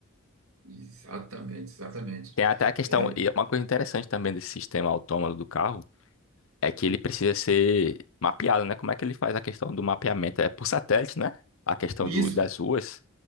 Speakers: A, on the right; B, on the left.
A: Exatamente, exatamente.
B: Tem até a questão,
A: É.
B: e é uma coisa interessante também desse sistema autônomo do carro é que ele precisa ser mapeado, né? Como é que ele faz a questão do mapeamento? É por satélite, né? A questão
A: E
B: do,
A: Isso
B: das ruas.